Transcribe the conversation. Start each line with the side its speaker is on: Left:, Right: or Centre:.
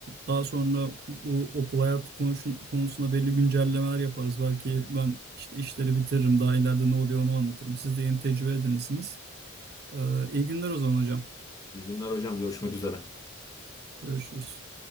Right: daha sonra bu okul hayatı konuşun, konusunda belli güncellemeler yaparız. Belki ben işte işleri bitiririm. Daha ileride ne oluyor onu anlatırım. Siz de yeni tecrübe edinirsiniz. Ee, iyi günler o zaman hocam.
Left: İyi günler hocam görüşmek üzere.
Right: Görüşürüz.